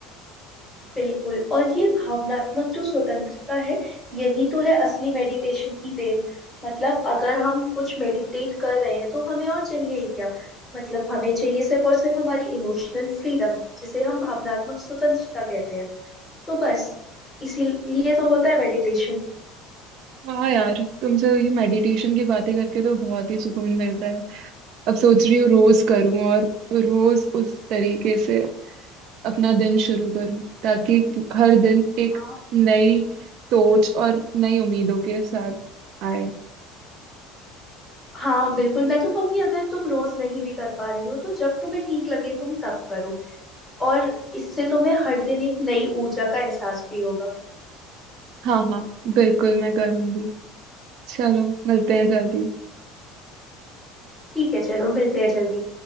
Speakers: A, in the centre; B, on the right (about 60°).
A: बिल्कुल और ये भावनात्मक जो स्वतंत्रता है यही तो है असली मेडिटेशन की देन मतलब अगर हम कुछ मेडिटेट कर रहे हैं तो हमें और चाहिए ही क्या मतलब हमें चाहिए सिर्फ और सिर्फ हमारी इमोशनल फ्रीडम जिसे हम भावनात्मक स्वतंत्रता कहते हैं तो बस इसीलिए तो होता है मेडिटेशन
B: हाँ यार तुमसे ये मेडिटेशन की बातें करके तो बहुत ही सुकून मिल रहा है अब सोच रही हूँ रोज करूँ और रोज उस तरीके से अपना दिन शुरू करूं ताकि हर दिन एक
A: हाँ
B: नई सोच और नई उम्मीदों के साथ आए
A: हाँ बिल्कुल मैं तो कहूंगी अगर तुम रोज नहीं भी कर पा रही हो तो जब तुम्हें ठीक लगे तुम तब करो और इससे तुम्हें हर दिन एक नई ऊर्जा का एहसास भी होगा
B: हाँ हाँ बिल्कुल मैं करूंगी चलो मिलते हैं जल्दी
A: ठीक है चलो मिलते हैं जल्दी